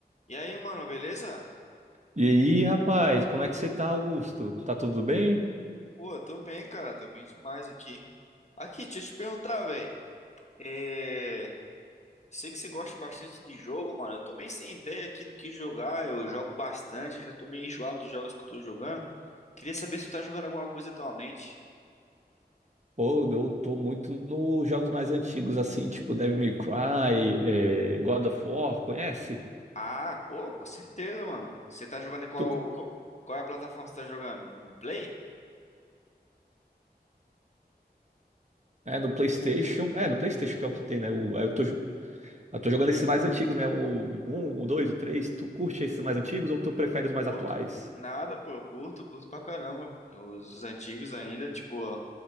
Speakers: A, on the left (about 40°); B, on the right (about 45°).
A: E aí, mano, beleza?
B: E aí, rapaz, como é que você tá, Augusto? Tá tudo bem?
A: Pô, eu tô bem, cara, tô bem demais aqui. Aqui, deixa eu te perguntar, velho. É... eu Sei que você gosta bastante de jogo, mano. Eu tô meio sem ideia aqui do que jogar. Eu jogo bastante, já tô meio enjoado dos jogos que eu tô jogando. Queria saber se tu tá jogando alguma coisa atualmente.
B: Pô, eu tô muito nos jogos mais antigos, assim, tipo Devil May Cry, é, God of War, conhece?
A: Ah, pô, com certeza, mano. Você tá jogando em qual,
B: Tô, co-
A: qual, qual é a plataforma que você tá jogando? No Play?
B: é, no PlayStation. É, no PlayStation que é o que tem, né? O, aí eu tô Eu tô jogando esses mais antigos mesmo, o 1, o 2, o 3. Tu curte esses mais antigos ou tu prefere
A: Curto?
B: os mais atuais?
A: Nada, pô, eu curto, curto pra caramba. Os antigos ainda, tipo.